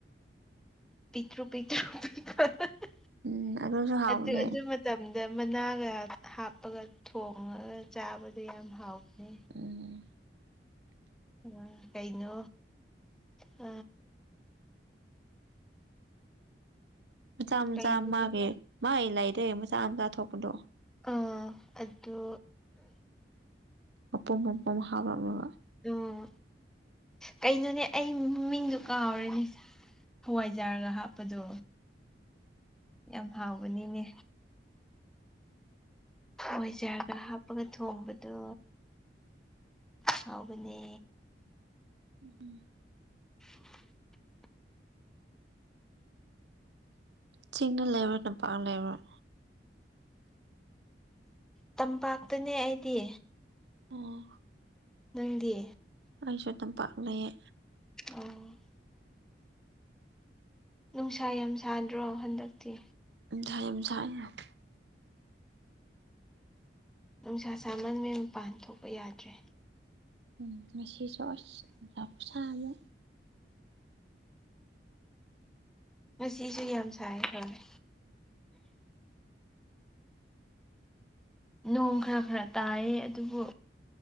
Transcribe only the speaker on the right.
ꯎꯝ ꯑꯗꯨꯁꯨ ꯍꯥꯎꯕꯅꯦ
ꯎꯝ
ꯃꯆꯥ ꯃꯆꯥ
ꯃꯥꯒꯤ ꯃꯥꯒꯤ ꯂꯥꯏꯗꯩ ꯃꯆꯥ ꯃꯆꯥ ꯊꯣꯛꯄꯗꯣ꯫
ꯑꯄꯝꯕ ꯑꯄ ꯍꯥꯏ
ꯎꯝ
ꯆꯤꯡꯗ ꯂꯩꯔꯣꯏ ꯂꯝꯝꯄꯥꯛ ꯂꯩꯔꯣꯏ
ꯑꯣ꯫
ꯑꯩꯁꯨ ꯇꯝꯄꯥꯛ ꯂꯩꯌꯦ꯫
ꯎꯝ ꯊꯥ ꯌꯥꯝ ꯁꯥꯏ ꯌꯥꯝ꯫
ꯎꯝ ꯉꯁꯤꯁꯨ ꯑꯁ ꯅꯨꯡꯁꯥ ꯈꯨꯁꯥ ꯑꯃ